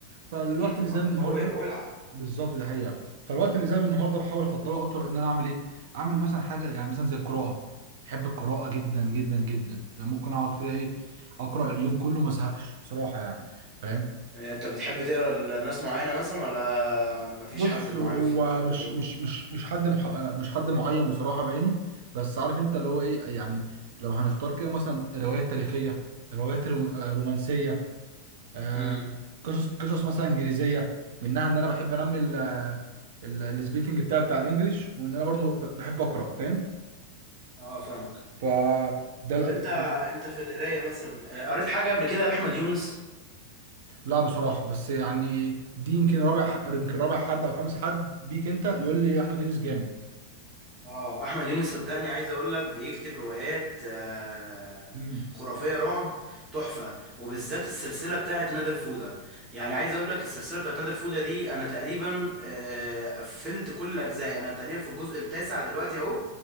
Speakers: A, on the right; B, on the right.
A: فالوقت
B: اكيد
A: اللي
B: طبعا
A: زي
B: ده
A: بالنهار
B: الجو
A: ده
B: يبقى ولع
A: بالظبط دي حقيقه فالوقت اللي زي النهارده بحاول افضله اكتر ان انا اعمل ايه اعمل مثلا حاجه يعني مثلا زي القراءه بحب القراءه جدا جدا جدا يعني ممكن اقعد كده ايه اقرا اليوم كله ما ازهقش بصراحه يعني فاهم
B: انت بتحب تقرا لناس معينة مثلا ولا مفيش
A: بص
B: حد معين
A: هو
B: في بتحب
A: مش
B: تقرا
A: مش
B: له
A: مش مش حد مح... مش حد معين بصراحه بعينه بس عارف انت اللي هو ايه يعني لو هنختار كده مثلا روايات تاريخيه روايات رو- آه، رومانسيه آه،
B: امم
A: قصص قصص مثلا انجليزيه منها ان انا بحب انمي السبيكنج بتاعي بتاع الانجليش وان انا برضو ب- بحب اقرا فاهم
B: اه فاهمك
A: ف ده
B: طب
A: لا
B: انت انت في القراية مثلا آه، قريت حاجة قبل كده لأحمد يونس
A: لا بصراحه بس يعني دي يمكن رابع يمكن رابع حد او خامس حد بيك انت يقول لي احمد يونس جامد
B: اه احمد يونس صدقني عايز اقول لك بيكتب روايات آه،
A: امم
B: خرافيه رعب تحفه وبالذات السلسله بتاعت نادر فوده يعني عايز اقول لك السلسله بتاعت نادر فوده دي انا تقريبا آه، قفلت كل الاجزاء انا تقريبا في الجزء التاسع دلوقتي اهو